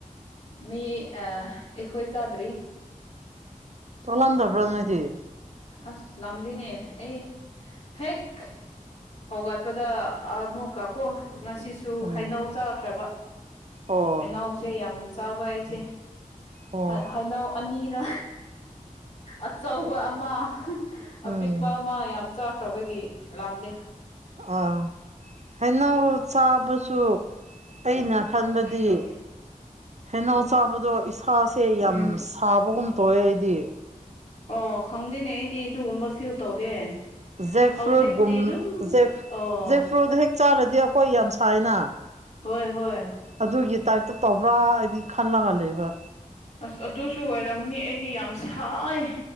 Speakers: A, on the left; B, on the right.
A: ꯃꯤ ꯑ ꯑꯩꯈꯣꯏ ꯆꯥꯗ꯭ꯔꯤ
B: ꯇꯂꯝ ꯊꯕ꯭ꯔꯥ ꯅꯣꯏꯗꯤ
A: ꯑꯁ ꯂꯝꯒꯅꯦ ꯑꯦ ꯍꯦꯛ ꯍꯧꯒꯠꯄꯗ ꯑꯃꯨꯛꯀꯀꯣ ꯉꯁꯤꯁꯨ
B: ꯎꯝ
A: ꯍꯩꯅꯎ ꯆꯥꯈ꯭ꯔꯕ
B: ꯑꯣ
A: ꯍꯩꯅꯎꯁꯦ ꯌꯥꯝ ꯆꯥꯕ ꯑꯩꯁꯦ
B: ꯑꯣ
A: ꯍꯥꯏꯩꯅꯧ ꯑꯅꯤꯔ ꯑꯆꯧꯕ ꯑꯃ
B: ꯎꯝ
A: ꯑꯄꯤꯛꯄ ꯑꯃ ꯌꯥꯝ ꯆꯥꯈ꯭ꯔꯕꯒꯤ ꯂꯝꯅꯦ
B: ꯑ ꯍꯩꯅꯧ ꯆꯥꯕꯁꯨ ꯑꯩꯅ
A: ꯑꯗꯨꯝ ꯊꯝꯃꯣ
B: ꯈꯟꯕꯗꯤ
A: ꯑꯩ ꯇꯧꯒꯦ
B: ꯍꯩꯅꯥꯎ ꯆꯥꯕꯗꯣ ꯏꯁꯥꯁꯦ ꯌꯥꯝ
A: ꯎꯝ
B: ꯁꯥꯕꯒꯨꯝ ꯇꯧꯋꯦ ꯑꯩꯗꯤ
A: ꯑꯣ ꯈꯪꯗꯦꯅꯦ ꯑꯩꯗꯤ ꯑꯗꯨꯒꯨꯝꯕ ꯐꯤꯜ ꯇꯧꯗꯦ
B: ꯖꯦꯛ
A: ꯍꯧꯖꯤꯛꯇꯤ
B: ꯐ꯭ꯔꯨꯠꯨꯝꯖꯦꯛ
A: ꯑꯗꯨꯝ ꯑꯣ
B: ꯖꯦꯛ ꯐ꯭ꯔꯨꯗꯣ ꯍꯦꯛ ꯆꯥꯔꯗꯤ ꯑꯩꯈꯣꯏ ꯌꯥꯝ ꯁꯥꯏꯅ
A: ꯍꯣꯏ ꯍꯣꯏ
B: ꯑꯗꯨꯒꯤ ꯇꯥꯏꯞꯇ ꯇꯧꯕ꯭ꯔꯥ ꯍꯥꯏꯗꯤ ꯈꯜꯂꯒ ꯂꯩꯕ꯫
A: ꯑꯁ ꯑꯗꯨꯁꯨ ꯑꯣꯏꯔꯝꯅꯤ ꯑꯩꯗꯤ ꯌꯥꯝ ꯁꯥꯏ꯫